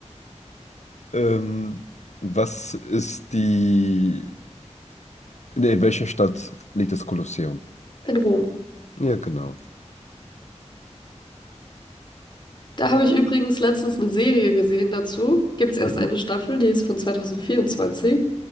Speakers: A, on the left; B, on the left.
A: ähm, was ist die. Nee, in welcher Stadt liegt das Kolosseum?
B: In Rom.
A: Ja, genau.
B: Da habe ich übrigens letztens eine Serie gesehen dazu. Gibt's erst
A: Mhm,
B: eine Staffel, die ist von 2024.